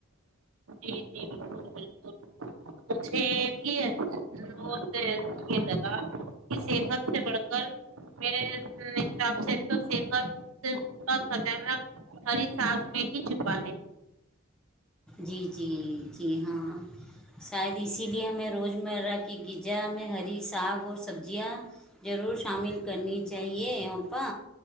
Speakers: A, on the right (about 75°); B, in the centre.
A: جی جی بالکل بالکل مجھے بھی بہت یہ لگا کہ صحت سے بڑھ کر میرے حساب سے تو صحت کا خزانہ ہری سانگ میں ہی چھپا ہے
B: جی جی جی ہاں شاید اسی لیے ہمیں روز مرہ کی غجا ہم ہری ساگ اور سبزیاں ضرور شامل کرنی چاہیے اوپا